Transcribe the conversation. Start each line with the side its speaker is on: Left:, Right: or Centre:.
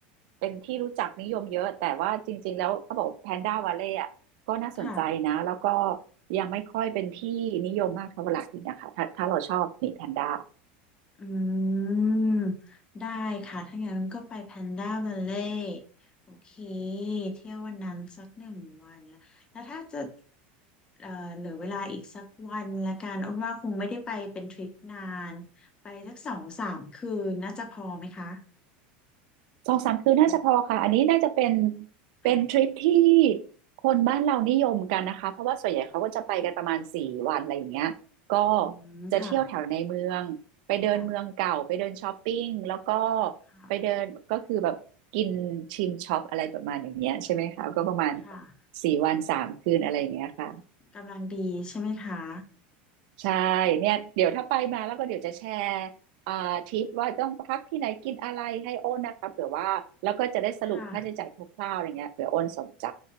Right: เป็นที่รู้จักนิยมเยอะแต่ว่าจริงๆแล้วเขาบอกแพนด้าวาเล่อะก็น่าสนใจนะแล้วก็
Left: ค่ะ
Right: ยังไม่ค่อยเป็นที่นิยมมากเท่าไหร่นะคะถ้าถ้าเราชอบหมีแพนด้า
Left: อืมได้ค่ะ ถ้างั้นก็ไปแพนด้า a ัลเล่โอเคเที่ยววันนั้นสักหนึ่งวันแล้ว แล้วถ้าจะเอ่อเหลือเวลาอีกสักวันละกันอ้นว่าคงไม่ได้ไปเป็นทริปนานไปสักสองสามคืนน่าจะพอไหมคะ
Right: สองสามคืนน่าจะพอค่ะอันนี้น่าจะเป็น
Left: เชิญตู
Right: เป็นทริปที่
Left: ค่ะ
Right: คนบ้านเรานิยมกันนะคะเพราะว่าส่วนใหญ่เขาก็จะไปกันประมาณสี่วันอะไรอย่างเงี้ยก็
Left: อืมค่ะ
Right: จะเที่ยวแถวในเมืองไปเดินเมืองเก่าไปเดินช้อปปิ้งแล้วก็
Left: ค่ะค่ะ
Right: ไปเดินก็คือแบบกินชิมช็อปอะไรประมาณอย่างเงี้ยใช่ไหมคะก็ประมาณ
Left: ค่ะ
Right: สี่วันสามคืนอะไรอย่างเงี้ยค่ะ
Left: กำลังดีใช่ไหมคะ
Right: ใช่เนี่ยเดี๋ยวถ้าไปมาแล้วก็เดี๋ยวจะแชร์อ่าทิปว่าต้องพักที่ไหนกินอะไรให้โอนนะคะเผื่อว่าแล้วก็จะได้สรุปค่าใช้จ่ายคร่าวๆอะไรเงี้ยเผื่อโอนสนใจ
Left: ค่ะ